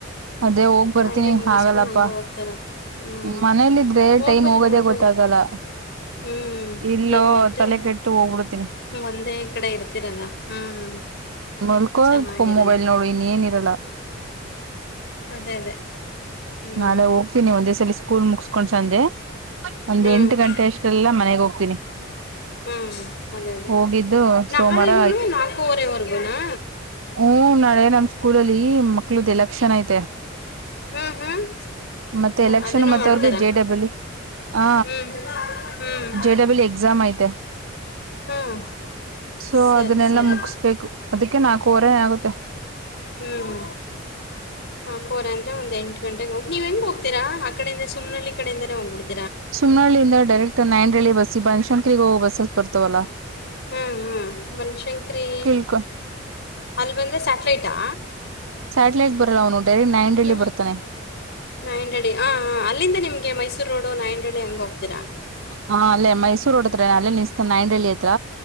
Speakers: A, on the right; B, on the left.
A: ಅದೇ ಹೋಗ್ ಬರ್ತೀನಿ
B: ಹಂಗೆ ಮುಗಿಸ್ಕೊಂಡು
A: ಹಾಗಲ್ಲಪ್ಪ
B: ಹಂಗೆ ಹೋಗ್ತಾ ಇರೋದು. ಹ್ಮ್.
A: ಮನೇಲ್ಲ ಇದ್ರೆ
B: ಹೋಗ್ಬನ್ನಿ,
A: ಟೈಮ್ ಹೋಗೋದೇ
B: ಹೋಗ್ಬನ್ನಿ.
A: ಗೊತ್ತ ಲ್ಲ
B: ಹ್ಮ್.
A: ಇಲ್ಲೋ
B: ಇಲ್ಲಿದ್ರೆ
A: ತಲೆ ಕೆಟ್ಟು ಹೋಗ್ಬಿಡ್ತೀ
B: ಒಂದೇ ಕಡೆ ಇರ್ತರಲ್ಲ ಹ್ಮ್
A: ಮಲ್ಕೋ
B: ಚೆನ್ನಾಗಿರಲ್ಲ.
A: ಅತ್ಕೋ ಮೊಬೈಲ್ ನೋಡು ಇನ್ ಏನ್ಇರಲ್ಲ
B: ಅದೇ ಅದೇ. ಹ್ಮ್.
A: ನಾಳೆ ಹೋಗ್ತೀನಿ ಒಂದೇ ಸಲ ಸ್ಕೂಲ್ ಮುಗಸ್ಕೊಂಡ್ ಸಂಜೆ ಒಂದ್
B: ಹ್ಮ್.
A: ಎಂಟು ಗಂಟೆ ಅಷ್ಟೆಲ್ಲ ಮನೆಗ್ ಹೋಗ್ತೀನಿ
B: ಹಾ ಅದೇ ಅದೇ
A: ಹೋಗಿದ್ದು
B: ನಾಳೆನನು
A: ಸೋಮವಾರ
B: ನಾಲ್ಕೂವರೆವರ್ಗೂನಾ
A: ಹ್ಮ ನಾಳೆ ನಮ ಸ್ಕೂಲಲ್ಲಿ ಮಕ್ಳದ ಎಲೆಕ್ಷನ್ ಐತೆ
B: ಹ್ಮ್ ಹ್ಮ್
A: ಮತ್ತೆ ಎಲೆಕ್ಷನ್
B: ಅದನ್ನು
A: ಮತ್ತೆ
B: ಮಾಡ್ತಾರ
A: ಅವ್ರಿಗೆ ಜೆ ಡಬ್ಲ್ಯೂ ಹ
B: ಹ್ಮ್ ಹ್ಮ್ <inaudible>
A: ಜೆ ಡಬ್ಲ್ಯೂ ಎಕ್ಸಾಮ್ ಅಯ್ತೆ
B: ಹ್ಮ್
A: ಸೊ
B: ಸರಿ
A: ಅದುನ್ನೆಲ್ಲ
B: ಸರಿ
A: ಮುಗುಸ್ಬೇಕು ಅದಿಕೆ ನಾಲ್ಕು ಹೊರೆ ಆಗುತ್ತೆ
B: ಹ್ಮ್ ನಾಲ್ಕುವರೇ ಅಂದ್ರೆ ಒಂದ್ ಎಂಟ ಗಂಟೆಗೆ ಹೋಗಿ ನೀನವು ಹೆಂಗ ಹೋಗ್ತೀರ ಆ ಕಡೆಯಿಂದ ಸು್ನಳ್ಳಿ ಕಡೆಯಿಂದಾನೇ ಹೋಗ್ಬಿಡ್ತೀ
A: ಸುಮ್ಹಳ್ಳಿಯಿಂದ ಡೈರೆಕ್ಟ್ ನೈನ್ರೇಳಿ ಬಸ್ಸಿ ಬನ್ಶಂಕರಿಗೆ ಹೋಗುವ ಬಸ್ಸಸ್ ಬರ್ತವಲ್ಲ
B: ಹ್ಮ್ ಹ್ಮ್ ಬನಶಂಕರಿ
A: ಇಳ್ಕೊ
B: ಅಲ್ಲಿ ಬಂದ್ರೆ ಸ್ಯಾಟ್ಲೈಟಾ
A: ಸ್ಯಾಟಿಲೈಟ್ ಬರಲ್ಲ ಅವನು ಡೈರೆಟ್ ನೈಂಡಲ್ಲಿ
B: ಹ್ಮ
A: ಬರ್ತಾನೆ
B: ನಾಯಂಡಹಳ್ಳಿ ಹ ಹ ಅಲ್ಲಿಂದ ನಿಮ್ಗೆ ಮೈಸೂರು ರೋಡು ನಾಯಂಡಹಳ್ಳಿ ಹಂಗ ಹೋಗ್ತೀರಾ
A: ಹಾ ಅಲ್ಲ ಮೈೂರೋಡ್ತ್ರ ಅಲ್ಲೇ ನನಿಲ್ಲ್ಸತನೇ ನೈಂಡ್ಹಳ್ಳಿ ಹತ್ರ